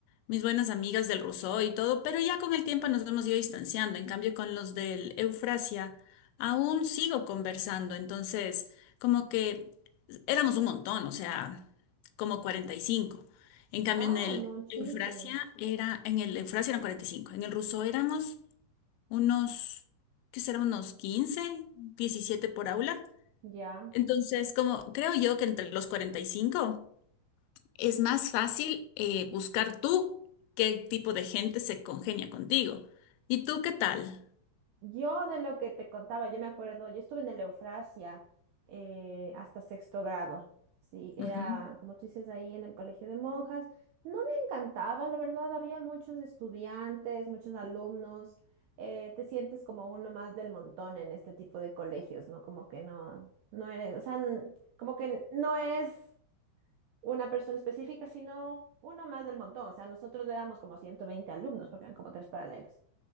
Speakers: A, on the left; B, on the right.
A: mis buenas amigas del Rousseau y todo, pero ya con el tiempo nos hemos ido distanciando. En cambio, con los del Eufrasia, aún sigo conversando. Entonces, como que éramos un montón, o sea, como 45. En cambio,
B: Ah,
A: en el
B: muchísimo.
A: Eufrasia era, en el Eufrasia eran 45. En el Rousseau éramos unos, ¿qué será? Unos 15, 17 por aula.
B: Ya.
A: Entonces, como creo yo que entre los 45 es más fácil eh, buscar tú qué tipo de gente se congenia contigo. ¿Y tú qué tal?
B: Yo de lo que te contaba, yo me acuerdo, yo estuve en el Eufrasia eh, hasta sexto grado, sí, era,
A: Ujú.
B: como tú dices, ahí en el colegio de monjas. No me encantaba, la verdad, había muchos estudiantes, muchos alumnos, eh, te sientes como uno más del montón en este tipo de colegios, ¿no? Como que no, no eres, o sea, n- como que no eres una persona específica, sino uno más del montón, o sea, nosotros éramos como 120 alumnos, porque eran como tres paralelos.